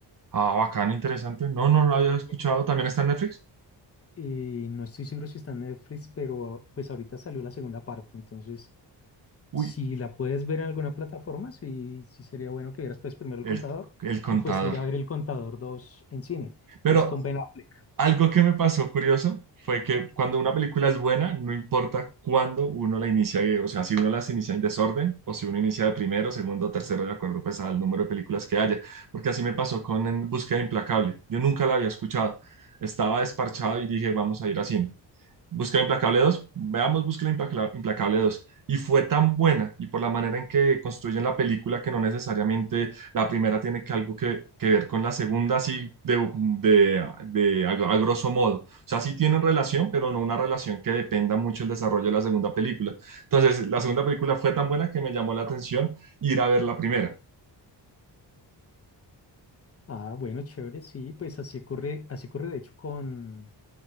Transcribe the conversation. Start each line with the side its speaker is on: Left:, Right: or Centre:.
Right: Ah, bacano, interesante. No, no lo había escuchado.
Left: Bien.
Right: ¿También está en Netflix?
Left: Eh, no estoy seguro si está en Netflix, pero pues ahorita salió la segunda parte, entonces
Right: Uy,
Left: si la puedes ver en alguna plataforma, sí, sí sería bueno que vieras pues primero El
Right: el,
Left: Contador
Right: el contador.
Left: y pues ir a ver El Contador 2 en cine.
Right: Pero
Left: Es con Ben Affleck.
Right: Algo que me pasó curioso fue que cuando una película es buena, no importa cuándo uno la inicia, eh, o sea, si uno las inicia en desorden o si uno inicia de primero, segundo, tercero, de acuerdo pues al número de películas que haya, porque así me pasó con En Búsqueda Implacable. Yo nunca la había escuchado. Estaba desparchado y dije, vamos a ir a cine. Busca Implacable 2, veamos Busca Implacla- Implacable dos Y fue tan buena, y por la manera en que construyen la película, que no necesariamente la primera tiene que algo que, que ver con la segunda, así de, de, de a, a grosso modo. O sea, sí tienen relación, pero no una relación que dependa mucho el desarrollo de la segunda película. Entonces, la segunda película fue tan buena que me llamó la atención ir a ver la primera.
Left: Ah, bueno, chévere, sí, pues así ocurre, así ocurre de hecho con